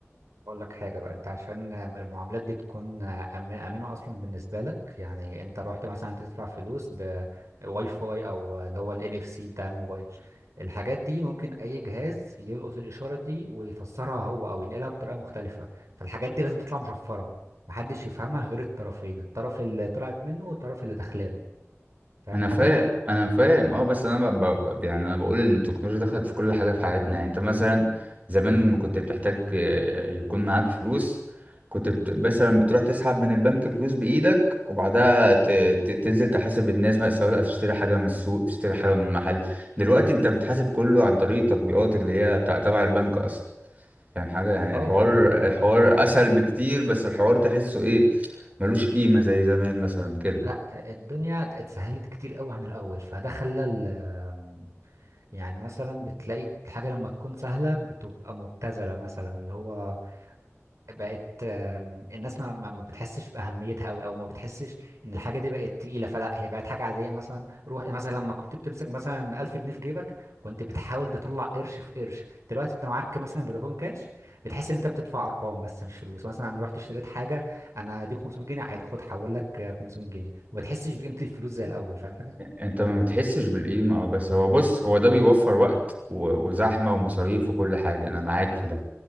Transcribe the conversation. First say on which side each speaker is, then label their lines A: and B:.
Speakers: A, on the right; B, on the right.
A: اقول لك حاجه بقى انت عشان المعاملات دي تكون آمن- امنه اصلا بالنسبه لك يعني انت رحت مثلا تدفع فلوس بواي فاي او اللي هو الان اف سي بتاع الموبايل الحاجات دي ممكن اي جهاز يلقط الاشاره دي ويفسرها هو او ينقلها بطريقه مختلفه فالحاجات دي لازم تطلع مشفره محدش يفهمها غير الطرفين الطرف اللي طلعت منه والطرف اللي دخلان فاهم
B: انا
A: حاجة؟
B: فاهم انا فاهم اه بس انا ب... ب... يعني انا بقول ان التكنولوجيا دخلت في كل حاجه في حياتنا يعني انت مثلا زمان لما كنت بتحتاج آه، يكون معاك فلوس كنت بت... مثلا بتروح تسحب من البنك فلوس بايدك وبعدها ت... ت... تنزل تحاسب الناس بقى سواء تشتري حاجه من السوق تشتري حاجه من محل دلوقتي انت بتحاسب كله عن طريق التطبيقات اللي هي بتاع تبع البنك اصلا يعني حاجه يعني
A: اه
B: الحوار
A: والدنيا
B: الحوار اسهل بكتير بس الحوار تحسه ايه ملوش قيمه زي زمان مثلا كده
A: لا الدنيا ات- اتسهلت كتير قوي عن الأول فده خلى ال- آم، يعني مثلا بتلاقي الحاجة لما تكون سهلة بتبقى مبتذلة مثلا اللي هو بقت آم، الناس ما ما ما بتحسش بأهميتها قوي او ما بتحسش ان الحاجة دي بقت تقيلة فلا هي بقت حاجة عادية مثلا روح يعني مثلا لما كنت بتمسك مثلا 1000 جنيه في جيبك كنت بتحاول تطلع قرش في قرش دلوقتي انت معاك مثلا فودافون كاش بتحس ان انت بتدفع ارقام بس مش فلوس مثلا انا رحت اشتريت حاجة انا دي 500 جنيه عادي خد حول لك آه، 500 جنيه وما بتحسش بقيمة الفلوس زي الاول فاهم حاجة
B: انت ما بتحسش بالقيمة اه بس هو بص هو ده بيوفر وقت و- وزحمة ومصاريف وكل حاجة انا معاك في ده